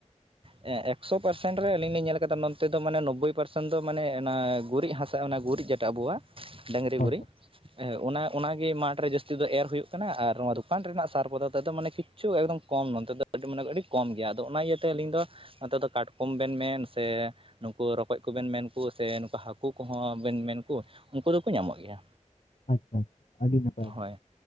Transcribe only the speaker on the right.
ᱮᱠᱥᱳ ᱯᱟᱨᱥᱮᱱ ᱨᱮ ᱟᱹᱞᱤᱧ ᱞᱤᱧ ᱧᱮᱞ ᱟᱼᱠᱟᱫᱟᱼᱼ ᱛᱮᱫᱚ ᱢᱟᱹᱱᱮ ᱱᱳᱵᱽᱵᱚᱭ ᱯᱟᱨᱥᱮᱱ ᱫᱚ ᱢᱟᱹᱱᱮ ᱚᱱᱟ ᱜᱩᱨᱤᱡ ᱦᱟᱥᱟᱹ ᱚᱱᱟ ᱜᱩᱨᱤᱡ ᱡᱮᱴᱟ ᱟᱵᱚᱣᱟᱜ ᱰᱟᱹᱝᱨᱤ
ᱜᱩᱨᱤᱡ
ᱦᱮ ᱚᱱᱟ ᱚᱱᱟ ᱜᱮ ᱢᱟᱴᱷ ᱨᱮ ᱡᱟᱹᱥᱛᱤ ᱫᱚ ᱮᱨ ᱦᱩᱭᱩᱜᱹ ᱠᱟᱱᱟ ᱟᱨ ᱱᱚᱣᱟ ᱫᱚᱠᱟᱱ ᱨᱮᱱᱟᱜ ᱥᱟᱨ ᱠᱚᱫᱚᱛᱚ ᱫᱚ ᱢᱟᱹᱱᱮ ᱠᱤ ᱠᱤᱹᱪᱷᱩ ᱮᱠᱫᱚᱢ ᱠᱚᱢ ᱱᱚᱛᱮ ᱫᱚ ᱢᱟᱹᱱᱮ ᱟᱹᱰᱤ ᱠᱚᱢ ᱜᱮᱭᱟ ᱟᱫᱚ ᱚᱱᱟ ᱤᱭᱟᱹᱛᱮ ᱟᱹᱞᱤᱧ ᱫᱚ ᱱᱚᱛᱮ ᱫᱚ ᱠᱟᱴᱠᱚᱢᱹ ᱵᱮᱱ ᱢᱮᱱ ᱥᱮ ᱱᱩᱠᱩ ᱨᱚᱠᱚᱡ ᱠᱚᱵᱮᱱ ᱢᱮᱱ ᱠᱚ ᱥᱮ ᱱᱩᱠᱩ ᱦᱟᱹᱠᱩ ᱠᱚᱦᱚᱸ ᱵᱮᱱ ᱢᱮᱱ ᱠᱚ ᱩᱱᱠᱩ ᱫᱚᱠᱚ ᱧᱟᱢᱚᱜ ᱜᱮᱭᱟ
ᱦᱳᱭ